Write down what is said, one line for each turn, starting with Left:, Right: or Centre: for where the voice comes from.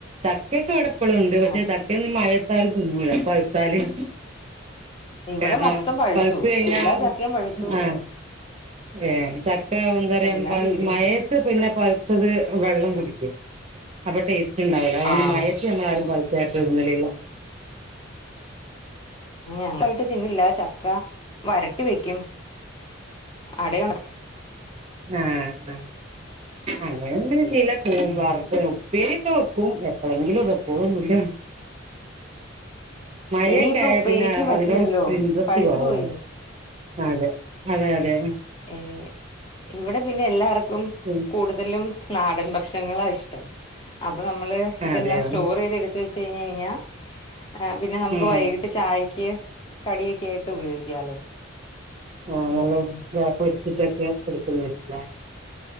Right: ചക്കയക്കെ അവിടെ എപ്പഴും ഉണ്ട് പക്ഷെ
Left: ആഹ്
Right: ചക്കൊ മയത്താലും ന്നല പഴത്താലും
Left: ഇവിടെ
Right: കാരണം
Left: മൊത്തം പഴുത്തു
Right: പഴത്ത് കഴിഞ്ഞാ
Left: എല്ലാ ചക്കയും പഴുത്തു
Right: ആഹ ഏ ചക്ക എന്താ പറയാ
Left: എല്ലാം തീരുകയും
Right: മയത്ത്
Left: ചെയ്തു
Right: പിന്നെ പഴുത്തത് വെള്ളം കുടിക്കും അപ്പൊ ടേസ്റ്റ് ഉണ്ടാവല്ലോ അതുകൊണ്ട്
Left: ആഹ്
Right: മയത്തിൽ നമ്മളാരും പ ചേക്കന്നിലല്ല
Left: ഞ <inaudible> തിന്നില്ല ചക്ക വരട്ടി വെക്കും അടയോണ
Right: ആ ആ അങ്ങനൊന്ന്
Left: ഉം
Right: ചില വാർത്ത പരിതവക്കും എപ്പോഴെങ്കിലും ഇതെപ്പോലും ഇല്ല മഴൊക്കെ
Left: ഇനിയിപ്പ
Right: ആ
Left: ഉപ്പേരിക്ക്
Right: പിന്നെ
Left: പറ്റില്ലല്ലോ
Right: അതിനോട് ഇൻട്രസ്റ്റ്
Left: പഴുത്തു
Right: കുറവ
Left: പോയില്ലേ
Right: അതെ അതെ അതെ
Left: ഏ ഇവിടെ പിന്നെ എല്ലാവർക്കും
Right: ഉം
Left: കൂടുതലും നാടൻ ഭക്ഷങ്ങളാ ഇഷ്ടം അപ്പോം നമ്മൾ ഇതെല്ലാം
Right: അതെയോ
Left: സ്റ്റോർ ചെയ്ത എടുത്ത് വെച്ച് ച്ചുഴിഞ്ഞ് കഴിഞ്ഞാൽ പിന്ന നമുക്ക്
Right: ഉം
Left: വൈകിട്ട് ചായക്ക് കടിയൊക്കെ ആയിട്ട് ഉപയോഗിക്കാലോ
Right: ആ
Left: ഉം
Right: നല്ല വ പൊരിച്ചിട്ടൊക്കെ കൊടുക്കുന്നില്ല